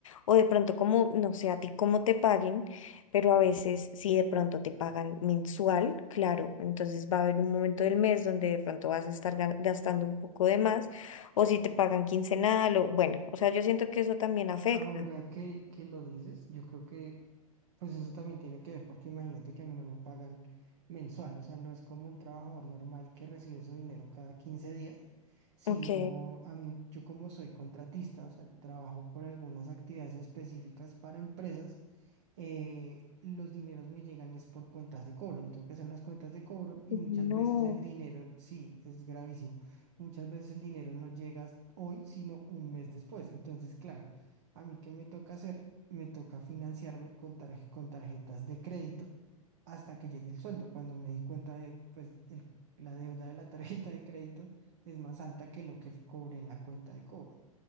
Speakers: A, on the left (about 65°); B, on the right (about 50°).
A: O de pronto como, no sé, a ti cómo te paguen, pero a veces si de pronto te pagan mensual, claro, entonces va a haber un momento del mes donde de pronto vas a estar gan- gastando un poco de más, o si te pagan quincenal, o bueno, o sea, yo siento que eso también afecta.
B: Ahora que, que lo dices, yo creo que Pues eso también tiene que ver, porque imagínate que a mí no me pagan mensual, o sea, no es como un trabajador normal que recibe su dinero cada 15 días, sino
A: Ok.
B: a mí, yo como soy contratista, o sea, trabajo por algunas actividades específicas para empresas, eh, los dineros me llegan es por cuentas de cobro. Yo tengo que hacer unas cuentas de cobro y
A: No,
B: muchas veces el dinero, sí, es gravísimo. Muchas veces el dinero no llega hoy, sino un mes después. Entonces, claro, a mí qué me toca hacer, me toca financiarme con, tarje- con tarjetas de crédito hasta que llegue el sueldo. Cuando me di cuenta de, pues, el- la deuda de la <laughs> tarjeta de crédito es más alta que lo que cobré en la cuenta de cobro.